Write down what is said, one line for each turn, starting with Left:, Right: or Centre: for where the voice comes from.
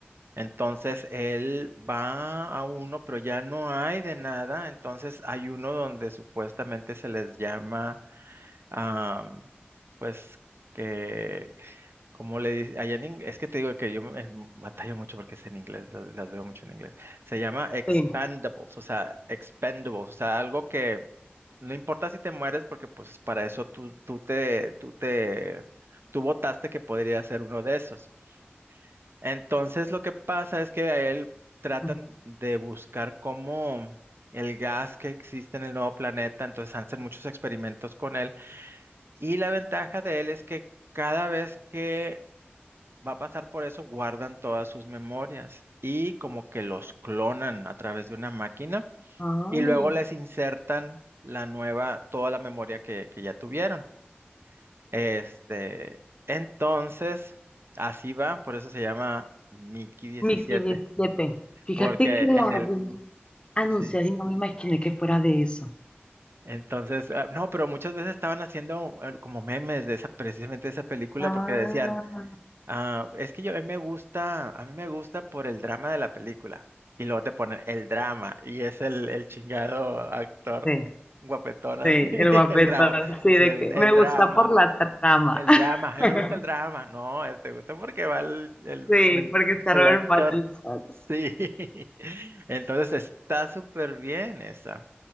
Right: Entonces él va a uno, pero ya no hay de nada, entonces hay uno donde supuestamente se les llama, ah, pues, que como le dice, allá en ing- es que te digo que yo me- em, batallo mucho porque es en inglés, la- las, veo mucho en inglés. Se llama expandables,
Left: sí,
Right: o sea, expendables, o sea, algo que no importa si te mueres porque pues para eso tú, tú te, tú te, tú votaste que podría ser uno de esos. Entonces lo que pasa es que a él tratan
Left: sí.
Right: de buscar cómo el gas que existe en el nuevo planeta, entonces hacen muchos experimentos con él y la ventaja de él es que cada vez que va a pasar por eso, guardan todas sus memorias y como que los clonan a través de una máquina
Left: Ay,
Right: y luego les insertan la nueva, toda la memoria que, que ya tuvieron. Este, entonces, así va, por eso se llama Mickey diecisiete
Left: Mickey diecisiete Fíjate
Right: porque
Left: que
Right: en
Left: la
Right: el,
Left: vi anunciar
Right: sí.
Left: y no me imaginé que fuera de eso.
Right: Entonces, ah, no, pero muchas veces estaban haciendo eh, como memes de esa, precisamente de esa película,
Left: Ah,
Right: porque decían, Ah, es que yo, a mí me gusta, a mí me gusta por el drama de la película. Y luego te ponen el drama y es el, el chingado actor
Left: sí,
Right: guapetón así,
Left: sí,
Right: <laughs>
Left: el guapetón,
Right: el drama.
Left: sí,
Right: Sí,
Left: de
Right: el,
Left: que
Right: el
Left: me gusta
Right: drama,
Left: por la trama.
Right: el drama, a mí
Left: <laughs>
Right: me gusta el drama. No, eh, te gusta porque va el, el,
Left: Sí,
Right: men-
Left: porque está
Right: el
Left: Robert
Right: actor.
Left: Pattinson.
Right: Sí, <laughs> entonces está súper bien esa.